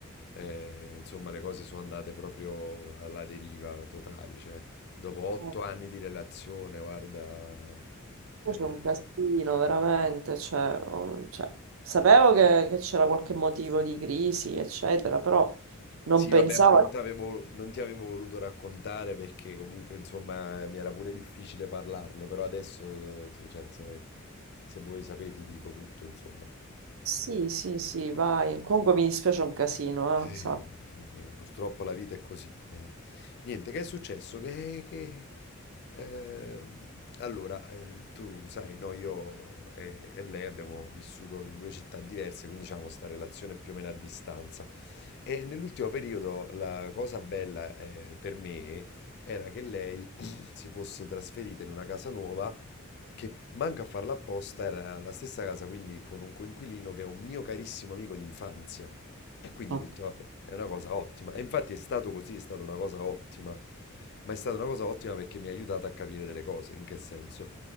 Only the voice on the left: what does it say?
eh, insomma, le cose sono andate proprio alla deriva totali, cioè, dopo otto
anni di relazione, guarda,
eh,
Sì,
vabbè, ma non ti avevo, non ti avevo voluto raccontare perché comunque, insomma, eh, mi era pure difficile parlarne, però adesso, eh, sì, cioè, se, se vuoi sapere, ti dico tutto, insomma.
Eh,
no, eh, eh, purtroppo la vita è così. eh. Niente, che è successo? Che, che- eh, allora, eh, tu sai, no, io e, e lei abbiamo vissuto in due città diverse, quindi diciamo sta relazione è più o meno a distanza. E nell'ultimo periodo la cosa bella eh, per me era che lei <clears throat> si fosse trasferita in una casa nuova che manca a farla apposta, era la stessa casa quindi con un coinquilino che è un mio carissimo amico d'infanzia. E quindi
ho detto, vabbè, è una cosa ottima. E infatti è stato così, è stata una cosa ottima. Ma è stata una cosa ottima perché mi ha aiutato a capire delle cose. In che senso?